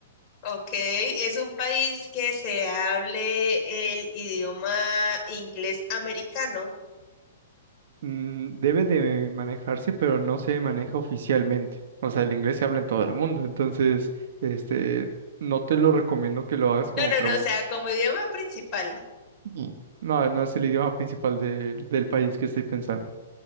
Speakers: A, on the left; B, on the right.
A: Ok, es un país que se hable el idioma inglés americano.
B: Mm, debe de manejarse, pero no se maneja oficialmente. O sea, el inglés se habla en todo el mundo, entonces, este, no te lo recomiendo que lo hagas como
A: No, no,
B: pregunta
A: no, o sea, como idioma principal.
B: Mm. No, no es el idioma principal de- del país que estoy pensando.